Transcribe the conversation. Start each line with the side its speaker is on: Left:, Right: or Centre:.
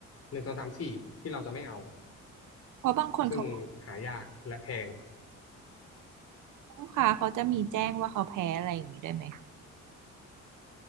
Left: หนึ่งสองสามสี่ที่เราจะไม่เอา
Right: เพราะบางคนเขา
Left: ซึ่งหายากและแพง
Right: ลูกค้าเขาจะมีแจ้งว่าเขาแพ้อะไรอย่างนี้ด้วยไหม